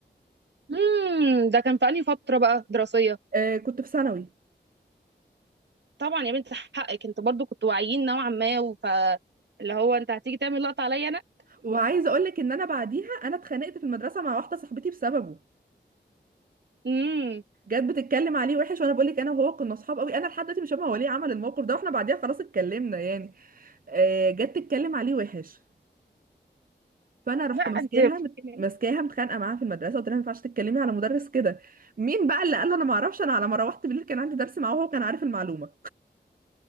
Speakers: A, on the right (about 70°); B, on the right (about 50°).
A: امم ده كان في انهي فترة بقى دراسية
B: آه كنت في ثانوي
A: طبعا يا بنت حقك انت برضو كنتوا واعيين نوعا ما وف اللي هو انت هتيجي تعمل لقطة عليا انا
B: وعايزه اقول لك ان انا بعديها انا اتخانقت في المدرسه مع واحده صاحبتي بسببه
A: امم
B: جت بتتكلم عليه وحش وانا بقول لك انا وهو كنا اصحاب قوي انا لحد دلوقتي مش فاهمه هو ليه عمل الموقف ده واحنا بعديها خلاص اتكلمنا يعني آه، جت تتكلم عليه وحش فانا رحت
A: لا انت
B: ماسكاها
A: ايه
B: مت-
A: ده
B: ماسكاها متخانقه معاها في المدرسه قلت لها ما ينفعش تتكلمي على مدرس كده مين بقى اللي قال له انا ما اعرفش انا على ما روحت بالليل كان عندي درس معاه وهو كان عارف المعلومه